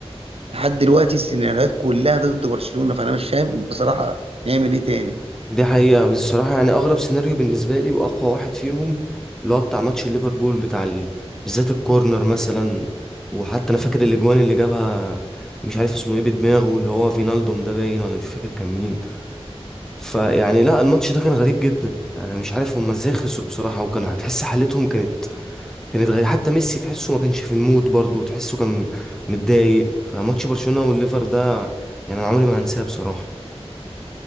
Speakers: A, on the right; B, in the centre.
A: لحد دلوقتي السيناريوهات كلها ضد برشلونة فانا مش فاهم بصراحة نعمل ايه تاني
B: دي حقيقة بس الصراحة يعني أغرب سيناريو بالنسبة لي وأقوى واحد فيهم اللي هو بتاع ماتش ليفربول بتاع ال... بالذات الكورنر مثلا وحتى أنا فاكر الأجوان اللي جابها مش عارف اسمه ايه بدماغه اللي هو فينالدوم ده باين ولا مش فاكر كان مين فيعني لا الماتش ده كان غريب جدا يعني أنا مش عارف هما ازاي خسروا بصراحة وكانوا هتحس حالتهم كانت كانت غريبة حتى ميسي تحسه ما كانش في المود برضه تحسه كان متضايق فماتش برشلونة والليفر ده يعني أنا عمري ما هنساه بصراحة